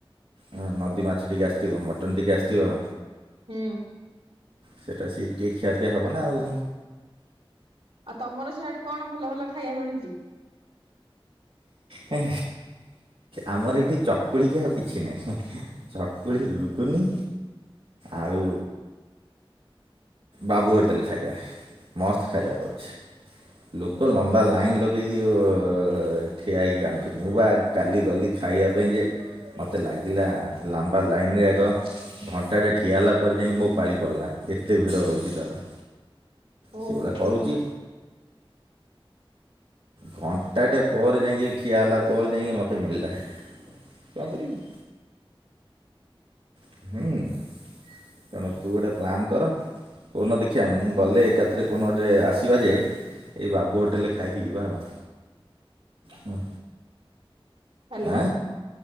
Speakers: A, on the right; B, on the right.
A: ହଁ ନଦୀ ମାଛ ଟିକେ ଆସିଥିବ ମଟନ୍ ଟିକିେ ଆସିଥିବ।
B: ହୁଁ
A: ସେଟା ସେଇଠି ଟିକେ ଖିଆ ପିଆ ହବ ନା ଆଉ
B: ଆ ତମର ସେଆଡେ କଣ ଭଲ ଭଲ ଖାଇବା ମିଳୁଚି।
A: ହ ଆମର ଏଠି ଚକୁଳିିକି ଆଉ କିଛି ନାହିଁ ଚକୁଳି ଗୁଗୁନୀ ଆଉ ବାବୁ ହୋଟେଲ ଖାଇବା ମସ୍ତ ଖାଇବା କରୁଛି। ଲୋକ ଲମ୍ବା ଲାଇନ୍ ଲଗାଇକି ଅ ଠିଆ ହେଇକି ଆଣୁଛନ୍ତି ମୁଁ ବା କାଲି ଗଲି ଖାଇବା ପାଇଁ ଯେ ମତେ ଲାଗିଲା ଲମ୍ବା ଲାଇନ୍ ରେ ଆଗ ଘଣ୍ଟାଟେ ଠିଆ ହେଲା ପରେ ଜାଇଁ କି ମୋ ପାଳି ପଡ଼ିଲା ଏତେ ଭିଡ଼ ରହୁଛି ତାର ସେଭଳିଆ
B: ଓ ହୋ
A: କରୁଛି ଘଣ୍ଟାଟେ ପରେ ଯାଇଁକି ଠିଆ ହେଲା ପରେ ଯାଇଁକି ମୋତେ ମିଳିଲା କଣ କରିମି। ହୁଁ। ତେଣୁ ତୁ ଗୋଟେ ପ୍ଲାନ୍ କର କଉନ ଦେଖିଆ ମୁଁ ଗଲେ ଏକାଥରେ କଉନ ଗୋଟେ ଆସିବା ଯେ ଏଇ ବାବୁ ହୋଟେଲରେ ଖାଇକି ଯିବା ଆଉ ହ
B: ହ୍ୟାଲୋ
A: ଆଁ